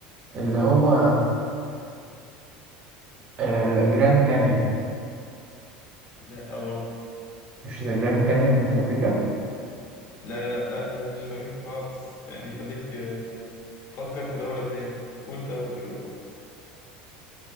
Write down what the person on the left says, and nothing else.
لا برضه
لا لا لا ده مش في أمريكا خالص يعني خليك آه، فكر في دولة تاني كده قول دولة كده خالص